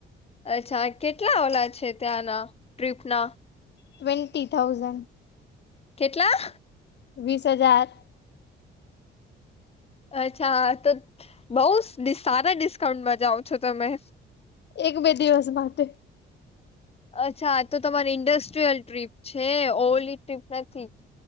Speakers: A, on the left; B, on the left.
A: અચ્છા કેટલા ઓલા છે ત્યાંના ટ્રીપના?
B: Twenty thousand.
A: કેટલા?
B: વીસ હજાર.
A: અચ્છા તો બઉ સારા ડિસ્કાઉન્ટમાં જાઓ છો તમે.
B: એક બે દિવસ માટે.
A: અચ્છા તો તમારી ઈન્ડસ્ટ્રીયલ ટ્રીપ છે ઓલી ટ્રીપ નથી.